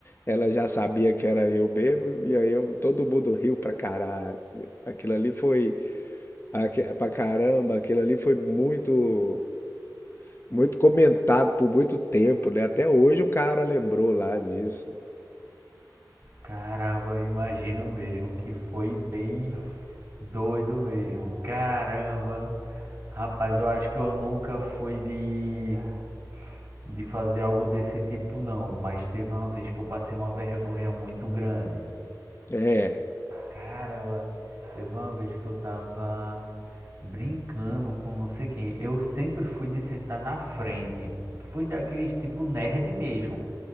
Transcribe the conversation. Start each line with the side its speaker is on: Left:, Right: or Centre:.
Left: Ela já sabia que era eu mesmo, e aí eu, todo mundo riu pra caralho. Aquilo ali foi, aque- pra caramba, aquilo ali foi muito, muito comentado por muito tempo, né? Até hoje o cara lembrou lá disso.
Right: Caramba, imagino mesmo que foi bem doido mesmo. Caramba. Rapaz, eu acho que eu nunca fui de de fazer algo desse tipo não, mas teve uma vez que eu passei uma vergonha muito grande.
Left: É,
Right: Caramba, teve uma vez que eu tava brincando com não sei quem. Eu sempre fui de sentar na frente. Fui daqueles tipo nerd mesmo.